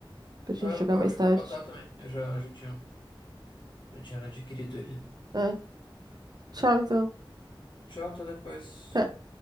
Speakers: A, on the right (about 50°); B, on the left (about 60°).
A: pra gente
B: tá, eu
A: jogar
B: vou-
A: mais
B: acho
A: tarde.
B: que vou botar também. Eu já, já tinha, já tinha adquirido ele.
A: É. Tchau, então.
B: Tchau, até depois.
A: Até.